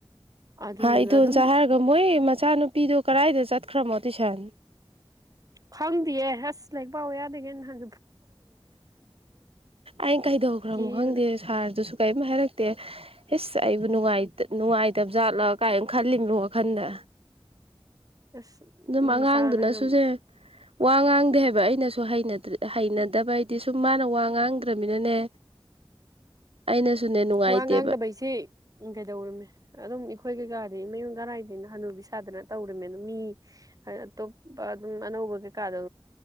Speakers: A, on the right; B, on the right.
A: ꯑꯗꯨꯗꯨꯅ
B: ꯍꯥꯏ ꯑꯩꯗꯣꯟꯁ
A: ꯑꯗꯨꯝ
B: ꯍꯥꯏꯔꯒ ꯃꯣꯏ ꯃꯆꯥꯅꯨꯄꯤꯗꯣ ꯀꯗꯥꯏꯗ ꯆꯠꯈ꯭ꯔꯃꯣ ꯇꯨꯏꯁꯟ
A: ꯈꯪꯗꯌꯦ ꯑꯁ ꯂꯛ ꯄꯥꯎꯑꯣ ꯌꯥꯗꯒꯦ ꯍꯟ
B: ꯑꯩꯅ ꯀꯩꯗꯧꯈ꯭ꯔꯃꯣ
A: ꯀꯦꯕꯗ
B: ꯈꯪꯗꯦ ꯁꯥꯔꯗꯨꯁꯨ ꯀꯔꯤꯝ ꯍꯥꯏꯔꯛꯇꯦ ꯏꯁꯁ ꯑꯩꯕꯨ ꯅꯨꯡ ꯅꯨꯡꯉꯥꯏꯇꯕꯖꯥꯠꯂ ꯀꯥꯏꯅ ꯈꯜꯂꯤꯕꯅꯣ ꯋꯥꯈꯟꯗ
A: ꯑꯁ
B: ꯑꯗꯨꯝ ꯑꯉꯥꯡꯗꯨꯅ
A: ꯃꯆꯥꯅ
B: ꯁꯨꯁꯦ ꯋꯥ ꯉꯥꯡꯗꯦ ꯑꯩꯅꯁꯨ ꯍꯩꯅꯗꯕ ꯍꯥꯏꯗꯤ ꯁꯨꯝ ꯃꯥꯅ ꯋꯥ ꯉꯥꯡꯗ꯭ꯔꯃꯤꯅꯅꯦ ꯑꯩꯅꯁꯨꯅꯦ ꯅꯨꯡꯉꯥꯏꯇꯦꯕ
A: ꯋꯥ ꯉꯥꯡꯗꯕꯩꯁꯤꯦ ꯎ ꯀꯩꯗꯧꯔꯝꯃꯦ ꯑꯗꯨꯝ ꯑꯩꯈꯣꯏ ꯀꯩꯀꯥ ꯑꯗꯨ ꯃꯌꯨꯡꯒꯔꯥꯏꯗꯦꯅ ꯍꯅꯨꯕꯤ ꯁꯥꯗ꯭ꯔꯅ ꯇꯧꯔꯃꯦ ꯑꯗꯨ ꯃꯤ ꯍꯥꯏ ꯑꯇꯣꯞꯄ ꯑꯗꯨꯝ ꯃꯥꯅ ꯎꯧꯕ ꯀꯦ ꯀꯥꯗ